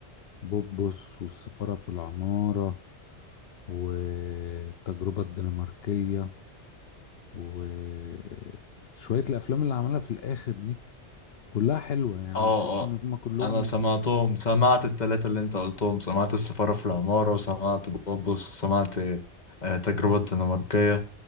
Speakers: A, on the left; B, on the left.
A: بوبوس والسفارة في العمارة والتجربة الدنماركية وشوية الأفلام اللي عملها في الآخر دي كلها حلوة يعني
B: اه
A: أنا شايف إن
B: اه
A: هما كلهم
B: انا سمعتهم سمعت التلاتة اللي انت قلتهم سمعت السفارة في العمارة وسمعت بوبوس وسمعت آه، تجربة الدنماركية